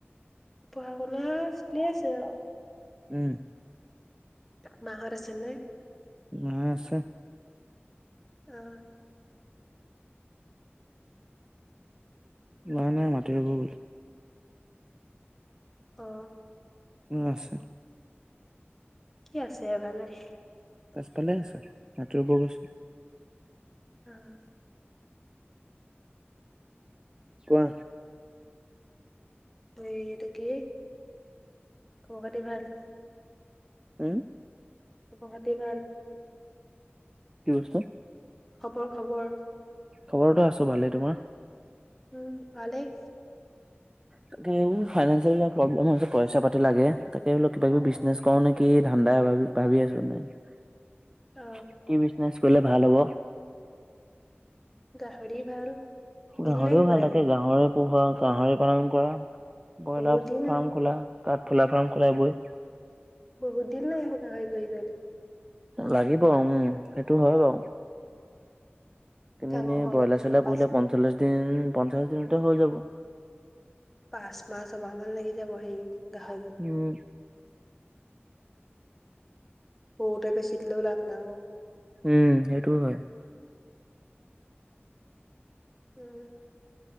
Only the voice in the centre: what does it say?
পঢ়া শুনা চলি আছে আৰু।
মা হত আছে নে?
অ'।
অ
কি আছে বা নাই
উম
হেয়ি এইটো কি, খবৰ পাতি ভাল?
খবৰ খাতি ভাল?
খবৰ খবৰ
উম ভালেই।
অ
গাহৰি ভাল, দিন
লাগিব
তাকে
বহুত দিন
বহত দিন লাগিব গাাহৰি <unintelligible> যদি
ডাঙৰ
হোৱালে
হোৱালে
পাঁচ
পাঁচ মাহ, ছমাহ মান লাগি যাব সেই গাহৰিটো
বহুতে বেছি দিলেও লাভ নাহব।
উম